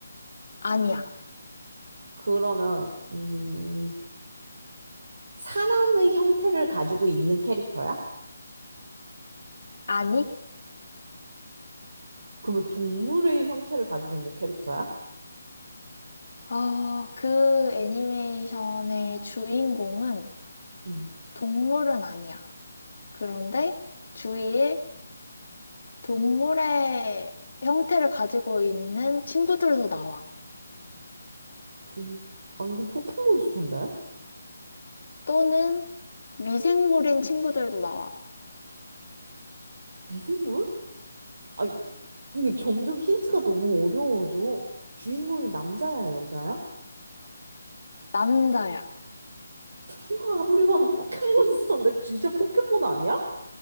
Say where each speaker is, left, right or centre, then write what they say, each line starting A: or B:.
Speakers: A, on the left (about 65°); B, on the right (about 60°).
A: 아니야.
B: 그러면, 음, 사람의 형태를 가지고 있는 캐릭터야?
A: 아니?
B: 그러면 동물의 형태를 가지고 있는 캐릭터야?
A: 어, 그 애니메이션의 주인공은
B: 음,
A: 동물은 아니야. 그런데 주위에 동물의 형태를 가지고 있는 친구들도 나와.
B: 동, 아, 이거 포켓몬스터인데?
A: 또는 미생물인 친구들도 나와.
B: 미생물? 아, 이거 점점 힌트가 너무 어려워져. 주인공이 남자야, 여자야?
A: 남자야.
B: 이거 아무리 봐도 포켓몬스터인데 진짜 포켓몬 아니야?